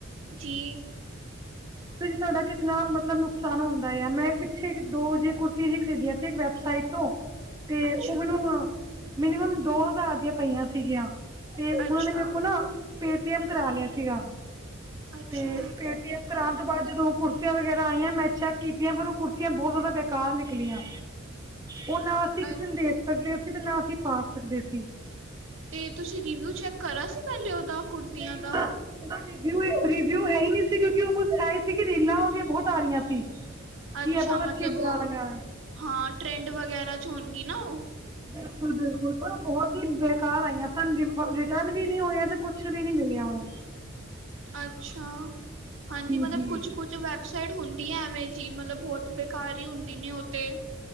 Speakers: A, on the right (about 70°); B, on the right (about 20°).
A: ਜੀ
B: ਫ ਤੁਹਾਡਾ ਕਿਤਨਾ ਮਤਲਬ ਨੁਕਸਾਨ ਹੁੰਦਾ ਆ ਮੈਂ ਪਿਛੇ ਦੋ ਜੇ ਕੁੁਰਤੀਆਂ ਜ ਖਰੀਦੀਆਂ ਸੀ ਇੱਕ ਵੈਬਸਾਈਟ ਤੋਂ ਤੇ
A: ਅੱਛਾ
B: ਉਹ ਮੈਨੂੰ ਮਿਨੀਮਮ ਦੋ ਹਜ਼ਾਰ ਦੀਆਂ ਪਈਆਂ ਸੀਗੀਆਂ ਤੇ ਉਹਨਾਂ
A: ਅੱਛਾ
B: ਨੇ ਮੇਰੇ ਕੋਲ ਨਾ ਪੇਟੀਐਮ ਕਰਾ ਲਿਆ ਸੀਗਾ
A: ਅੱਛਾ
B: ਤੇ ਪੇਟੀਐਮ ਤਾਂਤ ਬਾਅਦ ਜਦੋਂ ਕੁੜਤੀਆਂ ਵਗੈਰਾ ਆਈਆਂ ਮੈਂ ਚੈੱਕ ਕੀਤੀਆਂ ਪਰ ਉਹ ਕੁਤੀ ਬਹੁਤ ਜ਼ਿਆਦਾ ਬੇਕਾਰ ਨਿਕਲੀਆਂ ਉਹਨਾਂ।
A: ਅੱਛਾ
B: ਸਕਦੇ ਸੀ ਤੇ ਨਾ ਅਸੀਂ ਪਾ ਸਕਦੇ ਸੀ।
A: ਤੇ ਤੁਸੀਂ ਰਿਵਿਊ ਚੈੱਕ ਕਰਾ ਸੀ ਪਹਿਲੇ ਉਹਦਾ। ਕੁੜਤੀਆਂ
B: ਨਹੀਂ ਉਹਵਊ
A: ਦਾ
B: ਰਿਵਿਊ ਹੈ ਹੀ ਨਹੀਂ ਸੀ ਕਿਉਂਕਿ ਉਹ ਬਛ ਆਈ ਸੀ ਕਿ ਰੀਲਾਂ ਹੋ ਗਆਂ ਬਹੁਤ ਆ ਰਹੀਆਂ ਸੀ। ਕੀ
A: ਅੱਛਾ
B: ਹੈ ਬਹੁਤ
A: ਮਤਲਬ
B: ਅੱਛੀ
A: ਉਹ
B: ਬ੍ਰਾਂਡ ਹੈ।
A: ਹਾਂ ਟਰੈਂਡ ਵਗੈਰਾ ਚਚ ਹੋਣਗੀ ਨਾ ਉਹ।
B: ਬਿਲਕੁਲ ਬਿਲਕੁਲ ਪਰ ਬਹੁਤ ਹੀ ਬੇਕਾਰ ਆਈਆਂ ਸਾਨੂੰ ਰਿਟਰਨ ਵੀ ਨਹੀਂ ਹੋਇਆ ਤੇ ਕੁਛ ਵੀ ਨਹੀਂ ਮਿਲਿਆ ਉਹੁ।
A: ਅੱਛਾ ਹਾਂਜੀ
B: ਜੀ
A: ਮਤਲਬ
B: ਜੀ
A: ਕੁੱਛ ਕੁਛ ਵ ਸਾਈਡ ਹੁੰਦੀ ਹੈ ਐਵੇਂ ਜੀ ਮਤਲਬ ਬਹੁਤ ਬੇਕਾਰ ਹੀ ਹੁੰਦੀ ਨੇ ਉਹੇ